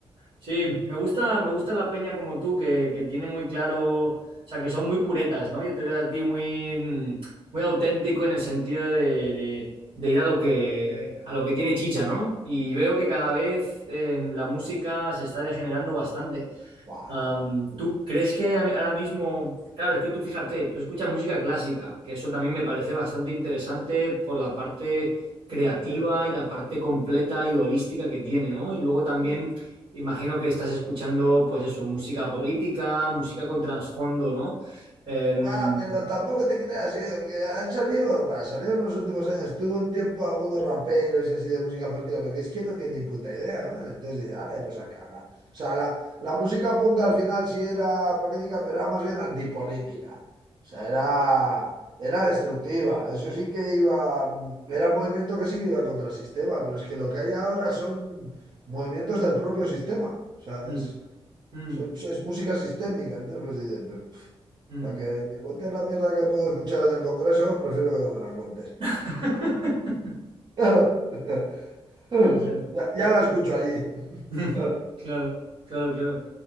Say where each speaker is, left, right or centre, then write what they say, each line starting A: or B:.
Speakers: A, on the right; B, on the right.
A: Sí, me gusta, me gusta la peña como tú, que, que tiene muy claro, o sea, que son muy puretas, ¿no? Yo te veo a ti muy, mm, muy auténtico en el sentido de, de- de ir a lo que, a lo que tiene chicha, ¿no? Y veo que cada vez en la música se está degenerando bastante.
B: Buah,
A: Am,
B: eh,
A: ¿tú crees que hay a- ahora mismo? Claro, es que tú fíjate, tú escuchas música clásica, que eso también me parece bastante interesante por la parte creativa
B: eh,
A: y la parte completa y holística que tiene, ¿no? Y luego también
B: eh.
A: imagino que estás escuchando, pues eso, música política, música con trasfondo, ¿no? Em,
B: Va, pero tampoco te creas, ¿eh? Porque han salido, va, salieron en los últimos años. Tuvo un tiempo algunos raperos y así de música política, pero que es que no tiene ni puta idea, ¿no? Entonces dice, ala, iros a cagar. O sea, la, la música punk al final sí era política, pero era más bien antipolítica. O sea, era, era destructiva. Eso sí que iba, era un movimiento que sí que iba contra el sistema, pero es que lo que hay ahora son movimientos del propio sistema. O sea,
A: mm,
B: es,
A: mm,
B: son- es música sistémica. Entonces, pues dicen, pues. pf,
A: mm.
B: para que me cuentes la mierda que puedo escuchar en el Congreso, prefiero que no me la cuentes.
A: <laughs>
B: Claro. <laughs> O
A: Pero bueno.
B: sea, Ya, ya la escucho allí.
A: <laughs>
B: <laughs>
A: Claro, claro, claro.